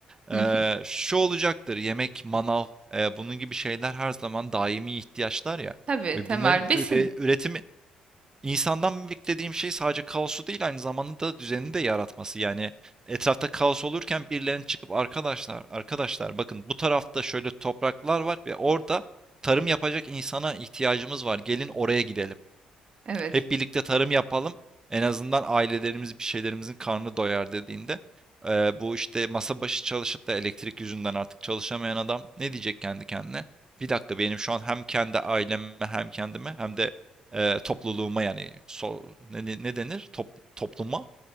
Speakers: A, on the right; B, on the right.
A: eee,
B: <laughs>
A: şu olacaktır: Yemek, manav, eee, bunun gibi şeyler her zaman daimi ihtiyaçlar ya
B: Tabii
A: ve
B: temel
A: bunların üre
B: besin.
A: üretimi İnsandan beklediğim şey sadece kaosu değil aynı zamanda da düzeni de yaratması. Yani etrafta kaos olurken birilerinin çıkıp arkadaşlar arkadaşlar bakın bu tarafta şöyle topraklar var ve orada tarım yapacak insana ihtiyacımız var. Gelin oraya gidelim.
B: Evet.
A: Hep birlikte tarım yapalım. En azından ailelerimiz bir şeylerimizin karnı doyar dediğinde eee, bu işte masa başı çalışıp da elektrik yüzünden artık çalışamayan adam ne diyecek kendi kendine? Bir dakika benim şu an hem kendi aileme hem kendime hem de eee, topluluğuma yani so, ne, ne ne denir? Top, topluma